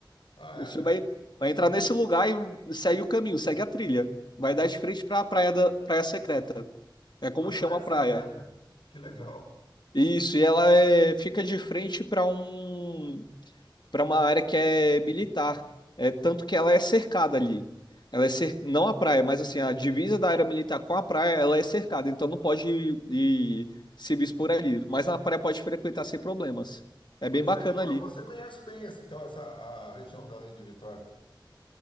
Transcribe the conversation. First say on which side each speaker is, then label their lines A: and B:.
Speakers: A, on the left; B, on the left.
A: Ah,
B: Você
A: é?
B: vai, vai entrar nesse lugar e segue o caminho, segue a trilha. Vai dar de frente para a praia da, praia secreta. É como
A: A
B: chama
A: praia
B: a
A: secreta.
B: praia.
A: Que legal.
B: Isso, e ela é, fica de frente para um para uma área que é militar. É tanto que ela é cercada ali. Ela é cer... não a praia, mas assim, a divisa da área militar com a praia, ela é cercada, então não pode ir, ir se expor ali, mas na praia pode frequentar sem problemas. É
A: Mas
B: bem bacana
A: é, vo-
B: ali.
A: você conhece bem esse- então essa a região dali de Vitória.